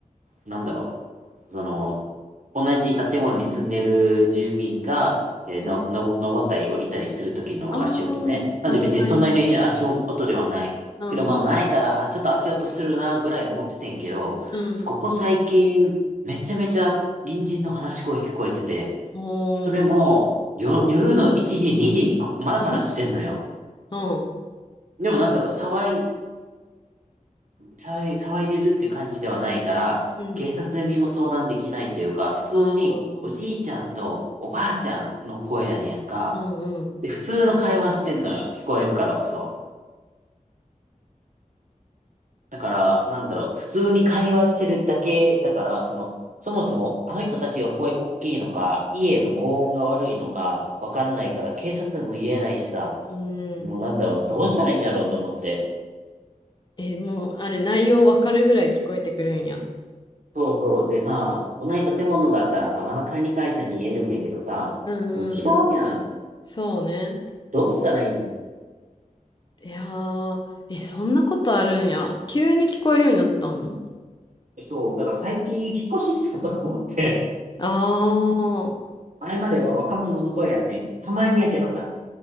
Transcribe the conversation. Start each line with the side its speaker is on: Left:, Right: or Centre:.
Right: なんだろう、その、同じ建物に住んでる住民が、えーの、
Left: うん。
Right: の、登ったり降りたりする時の足音ね。
Left: あ
Right: なんで別に隣の家の足音ではない。
Left: あ。あ、隣の。うん。
Right: けど、まあ前から、あ、ちょっと足音するなぐらい思っててんけど、
Left: うん。
Right: ここ最近、めちゃめちゃ隣人の話し声聞こえてて、
Left: おー。
Right: それも、よ、夜の1時、2時にこまだ話してんのよ。
Left: えうん。
Right: でもなんだろう、騒い、騒い、騒いでるって感じではないから、
Left: うん。
Right: 警察にも相談できないというか、普通におじいちゃんとおばあちゃんの声やねんやんか。
Left: ああ。うんうん。
Right: で、普通の会話してんのよ。聞こえるからこそ。だから、なんだろう、普通に会話してるだけだから、その、そもそもあの人たちが声大きいのか、家の防音が悪いのか、
Left: うん。
Right: わかんないから、警察でも言えないしさ、
Left: う
Right: もうなんだろう、
Left: ん。
Right: どうしたらいいんやろうと思って。
Left: え、もう、あれ、内容わかるぐらい聞こえてくるんや。
Right: そうそう。でさ、同じ建物だったらさ、まだ管理会社に見えるんやけどさ、
Left: うん
Right: 違うやん。
Left: うんうん。そうね。
Right: どうしたらいいの
Left: いやー、え、そんなことあるんや。急に聞こえるようになったの
Right: そう、だから最近引っ越ししたとか思って、
Left: ああー、
Right: 前までは若者の声やってんたまにやけどな。